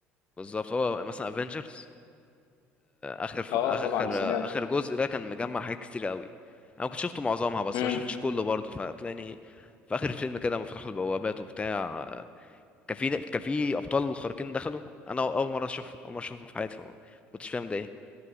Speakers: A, on the left; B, on the left.
A: بالظبط هو مثلا افنجرز اخر ف...
B: اه
A: اخر
B: طبعا سمعت
A: اخر جزء ده كان مجمع حاجات كتير قوي انا كنت شفته معظمها بس
B: امم
A: ما شفتش كله برضه فتلاقيني في اخر الفيلم كده لما فتحوا البوابات وبتاع آه، كان في كان في ابطال خارقين دخلوا انا اول مره اشوفهم اول مره اشوفهم في حياتي فما كنتش فاهم ده ايه